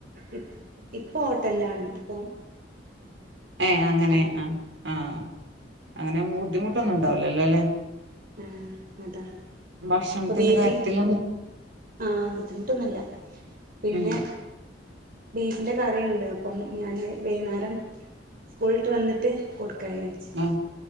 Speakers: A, on the right (about 55°); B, on the right (about 75°).
A: ഇ ഇപ്പോ ഹോട്ടലിലാണ് ഇപ്പോം
B: ഏഹ് അങ്ങനെ ആ ആഹ് അങ്ങനെ മൂ ബുദ്ധിമുട്ടൊന്നും ഉണ്ടാവുല്ലല്ലോ അല്ലെ
A: ആ അതാ
B: ഭക്ഷണത്തിന്റെ
A: ഇപ്പൊ ബീഫിൻ
B: കാര്യത്തിലൊന്നും
A: ആഹ് ബുദ്ധിമുട്ടൊന്നും ഇല്ല പിന്നെ
B: ഉം
A: ബീഫിന്റെ കറിയുണ്ട് അപ്പം ഞാന് വൈകുന്നേരം സ്കൂൾ വിട്ട് വന്നിട്ട് കൊടു കഴിച്ച്
B: ആഹ്